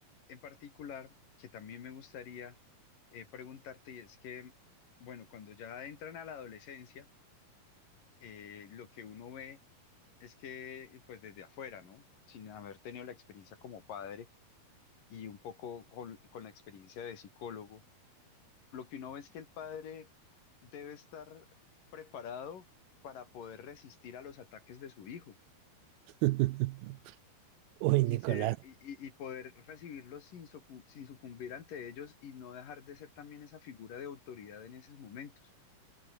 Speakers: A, on the left; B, on the right.
A: en particular que también me gustaría eh, preguntarte, y es que, bueno, cuando ya entran a la adolescencia, eh, lo que uno ve es que, pues desde afuera, ¿no? Sin haber tenido la experiencia como padre y un poco con con la experiencia de psicólogo lo que uno ve es que el padre debe estar preparado para poder resistir a los ataques de su hijo
B: <laughs> Uy,
A: y
B: Nicolás,
A: ser y, y- y poder recibirlos sin, socu- sin sucumbir ante ellos y no dejar de ser también esa figura de autoridad en esos momentos.